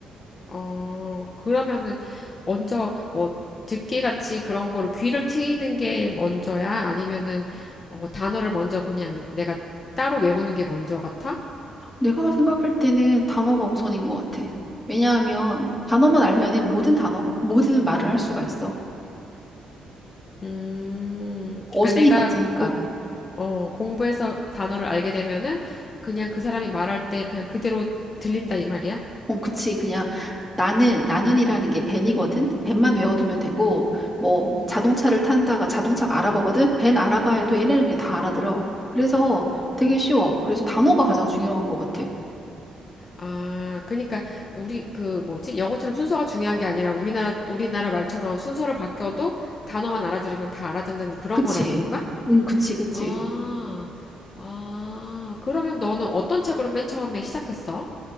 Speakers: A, on the left; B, in the centre.
A: 어, 그러면은 먼저 뭐 듣기 같이 그런 거를 귀를 트이는 게 먼저야? 아니면은 어, 단어를 먼저 그냥 내가 따로 외우는 게 먼저 같아?
B: 내가 생각할 때는 단어가 우선인 것 같아. 왜냐하면 단어만 알면은 모든 단어, 모든 말을 할 수가 있어.
A: 음,
B: 어순이
A: 그러니까 내가
B: 같으니까.
A: 공, 어, 공부해서 단어를 알게 되면은 그냥 그 사람이 말할 때 그냥 그대로 들린다 이 말이야?
B: 어, 그치. 그냥 나는, 나는이라는 게 벤이거든. 벤만 외워두면 되고, 뭐 자동차를 탄다가 자동차가 알아보거든. 벤 알아봐 해도 얘네는 그냥 다 알아들어. 그래서 되게 쉬워. 그래서 단어가 가장 중요한 것 같아.
A: 아, 그러니까 우리 그 뭐지? 영어처럼 순서가 중요한 게 아니라 우리나라 우리나라 말처럼 순서를 바뀌어도 단어만 알아들으면 다 알아듣는 그런
B: 그치.
A: 거라는 건가?
B: 응, 그치, 그치.
A: 아, 아, 그러면 너는 어떤 책으로 맨 처음에 시작했어?